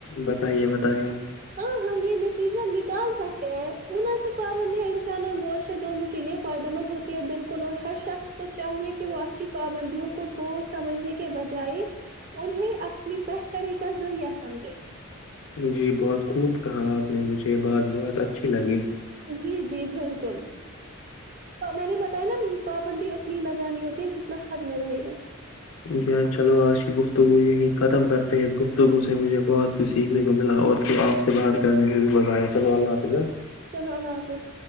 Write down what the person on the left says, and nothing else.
بتائیے بتائیے
جی بہت خوب کہا آپ نے مجھے یہ بات بہت اچھی لگی
جی ہاں چلو آج کی گفتگو یہی ختم کرتے ہیں اس گفتگو سے مجھے بہت کچھ سیکھنے کو ملا اور تو آپ سے بات کرنے کو بھی مہ آیا چل اللہ حاظ